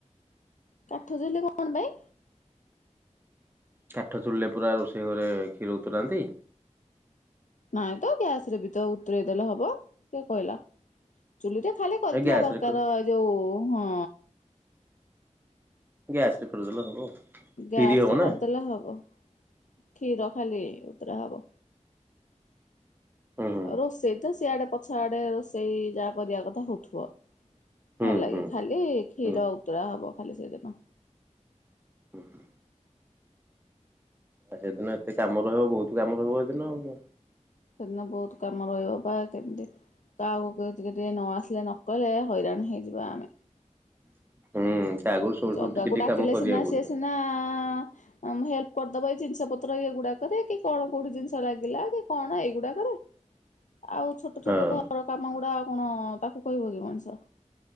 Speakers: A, on the left; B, on the right.
A: କାଠ ଚୁଲି କଣ ପାଇଁ?
B: କାଠ ଚୁଲିଲେ ପୁରା ରୋଷେଇ ଘରେ କ୍ଷୀର ଉତରାନ୍ତି।
A: ନାଇଁ ତ ଗ୍ୟାସ ରେ ବି ତ ଉତରେଇଦଲେ ହବ କିଏ କହିଲା? ଚୁଲି ଟା ଖାଲି କରିଥିବା
B: ଏ ଗ୍ୟାସରେ
A: ଦରକାର ଏ ଯୋଉ ହଁ।
B: ଗ୍ୟାସରେ କରିଦେଲେ ହବ। କ୍ଷୀରି
A: ଗ୍ୟାସ
B: ହବ
A: ରେ
B: ନା
A: କରିଦେଲେ ହବ। କ୍ଷୀର ଖାଲିି ଉତରା ହବ।
B: ହୁଁ ହୁଁ
A: ରୋଷେଇ ତ ସେଆଡେ ପଛ ଆଡେ ରୋଷେଇ ଯାହା କରିବା କଥା ହଉଥିବ।
B: ହୁଁ
A: ହେ ଲାଗେ
B: ହୁଁ
A: ଖାଲି କ୍ଷୀର
B: ହୁଁ।
A: ଉତୁରା ହବ ଖାଲି ସେଇଦିନ
B: ଓ ହୋ। ଆଉ ସେଦିନ ଏତେ କାମ ରହିବ ବହୁତ କାମ ରହିବ ସେଦିନ ଆ
A: ସେଦିନ ବହୁତ କାମ ରହିବ ପା କେମିତି କାହାକୁକହିଥିଲେ ଟିକେ ଟିକେ ନ ଆସିଲେ ନକଲେ ହଇରାଣ ହେଇଯିବା ଆମେ
B: ହୁଁ। ତା ଆଗରୁ ଶୋଉ
A: ଜଗାକୁ
B: ଶୋଉ ଟିକେ ଟିକେ
A: ଡାକିଲେ
B: କାମ କରିବାକୁ
A: ସିନା
B: ପଡିବ
A: ସିଏ ସିନା ଆ ହେଲ୍ପ କରିଦବ ଏଇ ଜିନିଷ ପତ୍ର ଇ ଗୁଡାକରେ କି କଣ କୋଉଠି ଜିନିଷ ଲାଗିଲା କି କଣ ଏଇଗୁଡାକରେ। ଆଉ ଛୋଟ
B: ହଁ
A: ଛୋଟ ଘର କାମ ଗୁଡାଉ କଣ ତାକୁ କହିବ କି ମଣିଷ